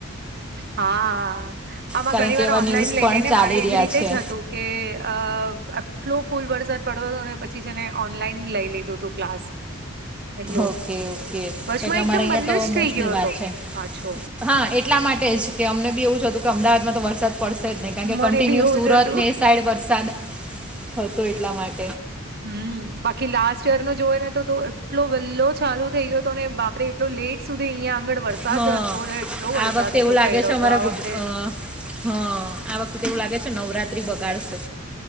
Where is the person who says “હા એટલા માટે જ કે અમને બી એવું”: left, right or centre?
Centre